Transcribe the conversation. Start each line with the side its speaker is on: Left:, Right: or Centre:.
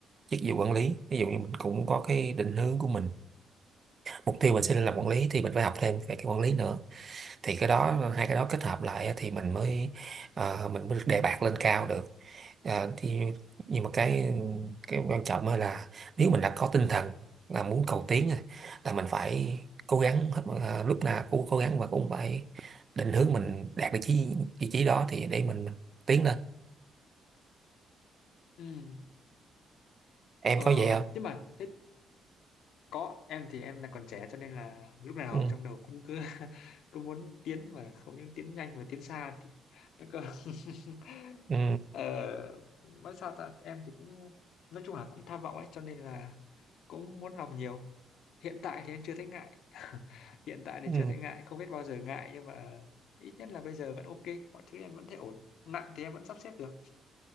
Right: chức vụ quản lý ví dụ như mình cũng có cái định hướng của mình mục tiêu mình sẽ lên làm quản lý thì mình phải học thêm về cái quản lý nữa thì cái đó hai cái đó kết hợp lại á, thì mình mới ờ, mình mới được đề bạt lên cao được à, thì nhưng mà cái cái quan trọng á là nếu mình đã có tinh thần là muốn cầu tiến rồi là mình phải cố gắng hết mọi- à, lúc nào cũng cố gắng và cũng phải định hướng mình đạt được chí vị trí đó thì để mình, mình tiến lên
Left: Ừ.
Right: em
Left: Ờ,
Right: có vậy không
Left: nhưng mà thế Có, em thì em là còn trẻ cho nên là lúc nào
Right: ừ.
Left: trong đầu cũng cứ <laughs> cứ muốn tiến mà không những tiến nhanh mà tiến xa thì nó cơ <laughs>
Right: Ừ.
Left: ờ, nói sao ta em thì cũng nói chung là cũng tham vọng ấy cho nên là cũng muốn làm nhiều hiện tại thì em chưa thấy ngại <laughs> hiện tại thì
Right: Ừ.
Left: chưa thấy ngại không biết bao giờ ngại nhưng mà ít nhất là bây giờ vẫn ok mọi thứ em vẫn thấy ổn nặng thì em vẫn sắp xếp được